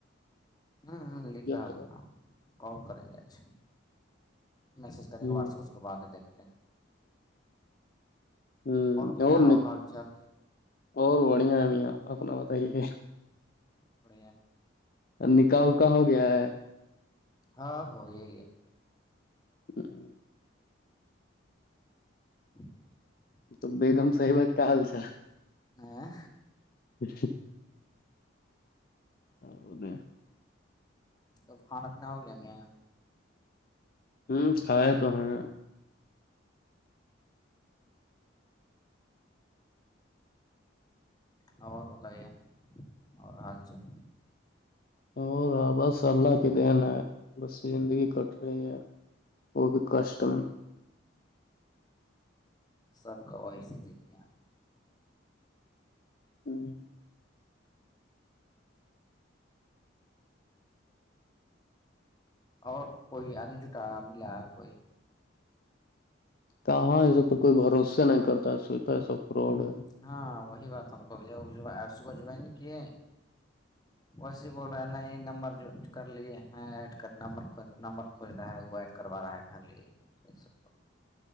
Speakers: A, on the left; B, on the left.
A: ہ لکھ رہا
B: طرف
A: تھا کال کریں گے اچھا میسج کریں
B: ہوں
A: گے واٹسپ سے کو باتیں دیکتے ہیں
B: ہوں
A: میاں
B: اور ن
A: حال چال
B: اور بڑیا ایمیا اپنا پت ہی ہے
A: ابڑ
B: نکح اکا ہو گیا ہے
A: ہاں ہو یہ ہے
B: ہاں
A: <inaudible>
B: تو ب دم سحی بات کیا حال چ
A: ہاں
B: کیا وہد
A: توب کھانا پینا ہو گیا ہم یہاں
B: ہوں کھائے تو ہیں
A: اور بتائیے اور حال چال
B: اور آ بس اللہ کے دن ہے بس زندگی کٹ رہی ہے وہ بھی کشٹم
A: سب کا ویس د یہ
B: ہوں
A: اور کوئی آنے جٹا ملا کوئی
B: کہاں اس پر کوئی بھروسے نہیں کرتا ہے سوچتا ہے ای سا فراڈ ہے
A: ہاں وہی بات ہم کوپ صبح جوائن کیے و بول رہا ہے ن نمبر جو کر لیے ہیں ایڈ کر نمبر نمبرھوول رہا ہے وہ ایڈ کروا رہا ہے خالی جیا